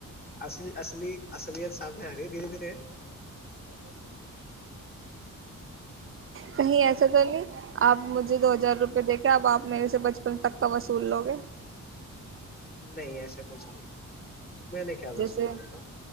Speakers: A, on the left; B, on the right.
A: اصل اصلی اصلیت سامنے آ رہی دھیرے دھیرے
B: کہیں ایسا تو نہیں آپ مجھے دو ہزار روپئے دے کے اب آپ میرے سے بچپن تک کا وصول لوگے
A: نہیں ایسا کچھ نہیں ہے میں نے کیا وصولا
B: جیسے
A: بتا